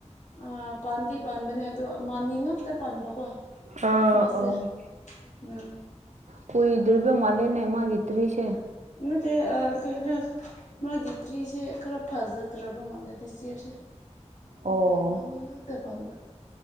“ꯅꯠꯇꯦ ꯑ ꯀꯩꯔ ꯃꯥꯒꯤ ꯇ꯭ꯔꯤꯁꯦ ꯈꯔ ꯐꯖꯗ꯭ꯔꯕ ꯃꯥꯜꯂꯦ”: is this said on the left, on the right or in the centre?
Left